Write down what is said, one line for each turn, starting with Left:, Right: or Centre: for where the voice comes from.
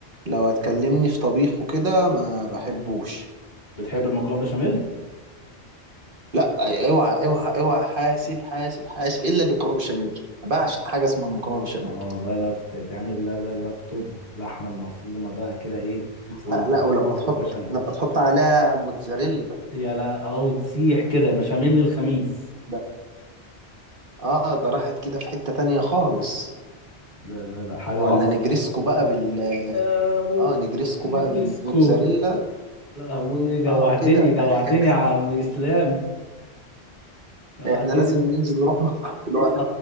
Right: لو هتكلمني في طبيخ وكده ما بحبوش
Left: بتحب المكرونه بشاميل
Right: لا اوعى اوعى اوعى حاسب حاسب حاسب الا المكرونه بالبشاميل أنا بعشق حاجه اسمها المكرونه بالبشاميل
Left: اه لا لا تتعمل لا لا لا طب لحمه المفرومه بقى كده ايه والمكرونه
Right: لا لا ولما
Left: والبشاميل
Right: تحط لما تحط عليها موتزاريلا
Left: يا لا او تسيح كده بشاميل للخميس
Right: ده اه ده راحت كده في حته تانية خالص
Left: لا لا لا حاجه
Right: ولا
Left: عظمه
Right: نجرسكو بقى بال
Left: يا ابو
Right: اه نجرسكو
Left: النجريسكو
Right: بقى بالموتزاريلا
Left: لا هو إيه، جوعتني
Right: اه كده
Left: جوعتني
Right: حكا-
Left: يا عم اسلام جوعتني
Right: احنا لازم ننزل نروح مطعم دلوقتي
Left: اه